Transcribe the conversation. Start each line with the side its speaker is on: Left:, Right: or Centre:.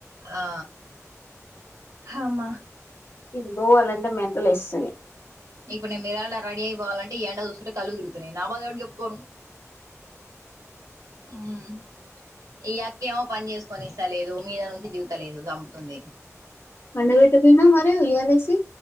Right: ఆ హమ్మ
Left: ఇది బోవాలంటే మెంటలొస్తుంది
Right: ఇప్పుడు నేను నిరాళ రెడీ అయ్పోవాలంటే ఎండ చూస్తుంటె కళ్లు తిరుగుతున్నయ్ నా బాద ఎవడికి జెప్పుకోను ఉమ్ ఈ యాక్కేమో పన్ జేస్ కొనిస్స లేదు మీద నుంచి దిగుతలేదు జంపుతుంది
Left: పండబెట్టబోయినవ్ మరి ఉయ్యాలేసి?